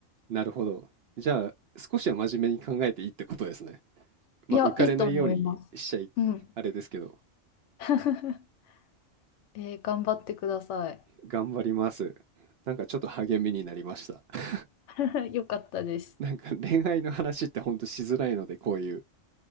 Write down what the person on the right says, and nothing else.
なるほど。じゃあ、少しは真面目に考えていいってことですね。まあ、
浮かれないようにしちゃい、
あれですけど、
頑張ります。なんかちょっと励みになりました。<laughs>
なんか恋愛の話ってほんとしづらいので、こういう。